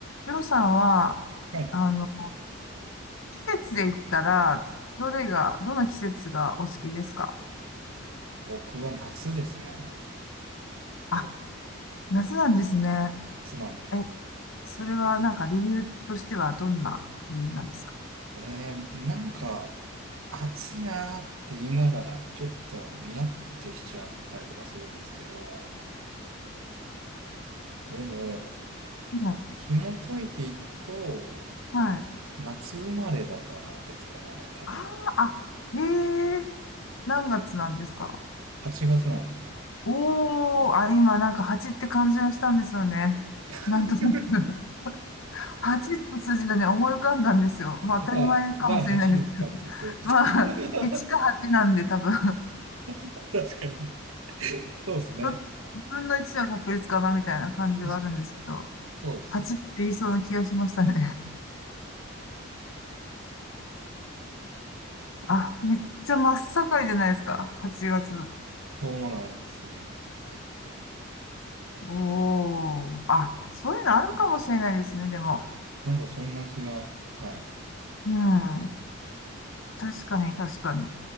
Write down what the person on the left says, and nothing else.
りょうさんは、
あの、季節で言ったら、どれが、どの季節がお好きですか
あ、夏なんですね。
え、それはなんか理由としてはどんな理由なんですか
はい。
はい。
あーあ、へえ、何月なんですか
おー、あ、今なんか蜂って感じがしたんですよね。
なんとなく <laughs> 蜂って数字がね、思い浮かんだんですよ。まあ当たり前かもしれないですけど。
<laughs> まあ、1か8なんで多分
ど、分の1の確率かなみたいな感じはあるんですけど、
8って言いそうな気がしましたね。<laughs> あ、めっちゃ真っ盛りじゃないですか。8月。
おー。あ、そういうのあるかもしれないですね、でも。
うん。確かに、確かに。